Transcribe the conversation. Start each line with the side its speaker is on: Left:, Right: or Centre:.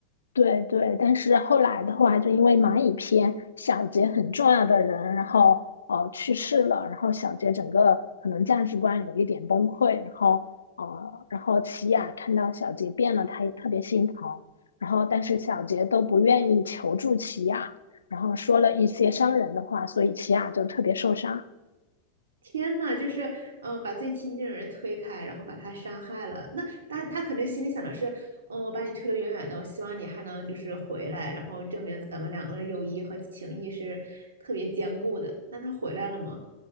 Left: 对对，但是后来的话，就因为蚂蚁篇，小杰很重要的人，然后呃去世了，然后小杰整个可能价值观有一点崩溃，然后呃，然后琪雅看到小杰变了，她也特别心疼，然后但是小杰都不愿意求助琪雅，然后说了一些伤人的话，所以琪雅就特别受伤。
Right: 天呐，就是嗯，呃把最亲近的人推开，然后把他伤害了。那他他肯定心里想的是，嗯，我把你推得远远的，我希望你还能就是回来，然后证明咱们两个的友谊和情谊是特别坚固的。那他回来了吗？